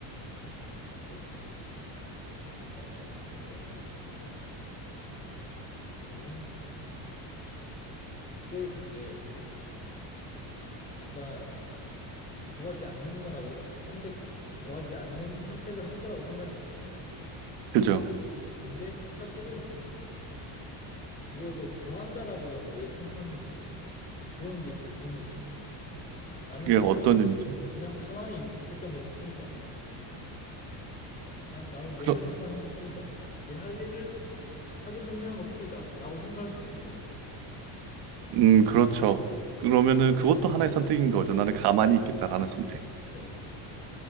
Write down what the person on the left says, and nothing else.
그럴 수 있죠. 구하지 않는 것을 선택한다. 그러면 그걸 근데 약간 구하지 않는 거라고 선택, 구하지 않는 선택을 한 거라고 생각할 수도 있잖아요.
근데 사실은 그걸 왜 구한다라고는 왜 생각하는지 그런 게 좀 의문이에요. 나는
그냥,
그냥 가만히 있었던 것일 뿐이다. 그냥 나는 내
할 일만 한 것뿐이다. 내 할 일을 하기로 선택한 것뿐이다. 라고 생각할 수도 있는 거잖아요.
예.